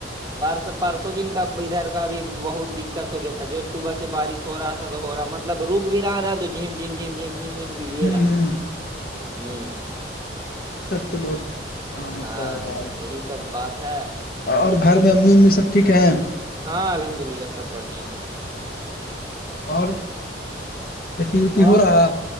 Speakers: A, on the right; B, on the left.
A: پارسو پرارسوں دن کا ادھر کا بھی بہت دقت ہو گیا تھا جو صبح سے بارش ہو رہا تو ہو رہا مطلب روک بھی رہا تو جھم جھم جھم جھم جم جم گریے
B: ہ ہ
A: رہا ہوں
B: یہ سب تو بہت اچام ہوتا
A: ہاں
B: ہے بھائی
A: یہی سب بات ہے
B: اور گھر میں امی امی سب ٹھیک ہیں
A: ہاں الحم دو للہ سب بڑھیا ہیں
B: اور کھیتی وتی ہو
A: اور
B: رہا